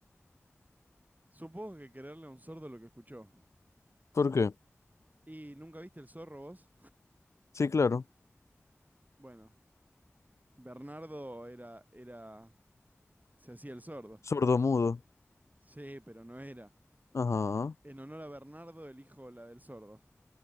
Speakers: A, on the right; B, on the left.
A: Supongo que quererle a un sordo lo que escuchó.
B: ¿Por qué?
A: ¿Y nunca viste el zorro vos?
B: Sí, claro.
A: Bueno, Bernardo era, era, se hacía el sordo.
B: Sordomudo.
A: Sí, pero no era.
B: Ajá.
A: En honor a Bernardo, elijo la del sordo.